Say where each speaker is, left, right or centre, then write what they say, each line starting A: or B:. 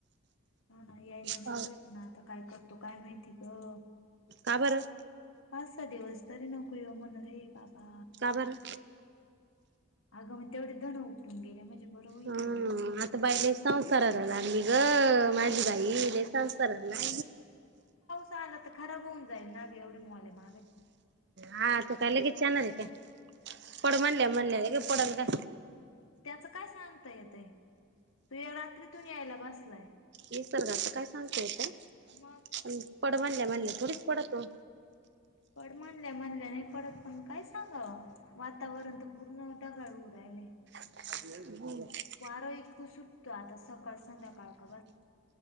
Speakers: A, on the left; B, on the right.
A: ह ना यायला
B: पाऊस
A: नको येत ना आता काय करतो काय माहिती ग
B: का बरं
A: पाच सहा दिवस तरी नको येऊ म्हणार रे बाबा
B: का बर
A: अगं मग तेवढे दण उपटून गेले म्हणजे बरं होईल
B: हा
A: ना
B: आता बाई लस संस्ार झा मी ग माझी बाई ल संस्तारला
A: चल तर खराब होऊन जाईल नाव एवढे मल आहे मागच
B: हा तो काय लगेच येणार आहे काय पड मणल्या मणल्या लगेच पडण का
A: त्याच काय सांगता येतय तू या रात्रीतून यायला बसलाय
B: निसर्गच काय सांगतोयता
A: मग
B: पड म्हणल्या म्हणल्या थोडीच पडतो
A: पण म्हणल्या म्हणल्या नाही, परत काय सांगावा. वातावरण तर पूर्ण ढगाळ हुन राहिलयं.
B: <unintelligible>
A: वारं इतकं सुटतो, आता सकाळ संध्याकाळ <unintelligible>